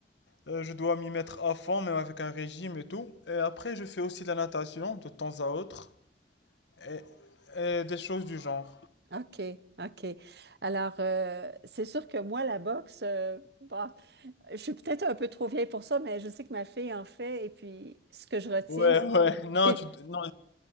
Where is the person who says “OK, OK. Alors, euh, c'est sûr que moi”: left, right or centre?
Right